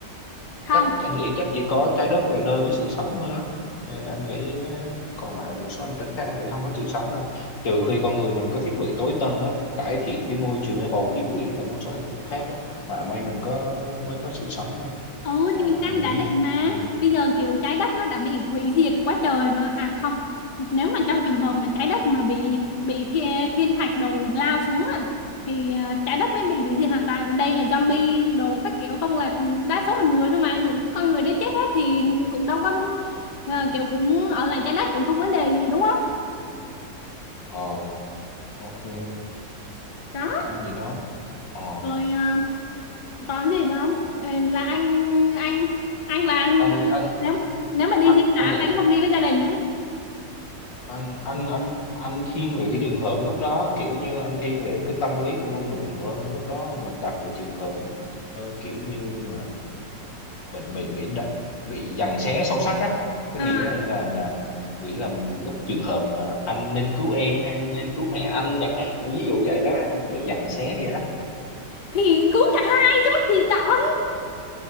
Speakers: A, on the left; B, on the left.
A: không
B: chắc anh nghĩ chắc chỉ có trái đất là nơi có sự sống thôi đó Cho nên là anh nghĩ ờ, còn lại một số hành tinh khác anh nghĩ không có sự sống đâu trừ khi con người mình có thiết bị tối tân á cải thiện cái môi trường hay bầu khí quyển ở một số hành tinh khác á hoặc may mình có mới có sự sống thôi
A: ừ
B: còn
A: thì mình
B: lại
A: đang
B: anh
A: giả
B: nghĩ
A: định mà
B: ừ.
A: bây giờ kiểu trái đất nó đã bị hủy diệt quá trời rồi à không nếu mà trong trường hợp mà trái đất mà bị bị thiên, thiên thạch đồ lao xuống á thì ờ, trái đất mới bị hủy diệt hoàn toàn còn đây là zombie đồ các kiểu không là đa số là người thôi mà những con người đấy chết hết thì cũng đâu có ờ, kiểu cũng ở lại trái đất cũng không vấn đề gì đúng không
B: ờ ok
A: đó
B: kiểu gì đó ờ
A: rồi ờ, Còn gì nữa không? Ờ, Là anh anh anh là anh
B: anh anh
A: nếu nếu mà đi
B: anh,
A: di tản
B: anh nghĩ
A: là anh không đi với gia đình á.
B: anh anh anh anh thiên về cái trường hợp lúc đó kiểu như anh thiên về cái tâm lý của con người nhiều hơn lúc đó mình đặt vào trường hợp ờ, kiểu như mà bệnh bị bị đ- bị giằng xé sâu sắc á cái
A: à,
B: nghĩa là là là nghĩ là lúc trường hợp mà anh nên cứu em hay anh nên cứu mẹ anh chẳng hạn ví dụ vậy đó anh bị giằng xé vậy đó
A: Thì cứ cả hai chứ mắc gì chọn.